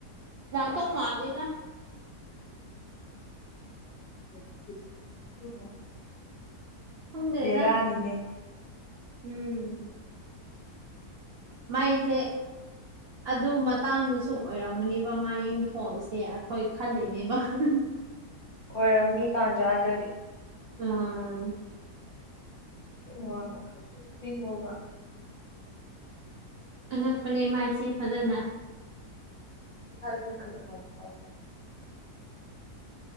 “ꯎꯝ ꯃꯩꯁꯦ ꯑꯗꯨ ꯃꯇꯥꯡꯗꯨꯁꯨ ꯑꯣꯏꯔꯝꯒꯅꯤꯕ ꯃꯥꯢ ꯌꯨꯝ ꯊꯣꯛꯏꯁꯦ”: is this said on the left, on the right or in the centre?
Right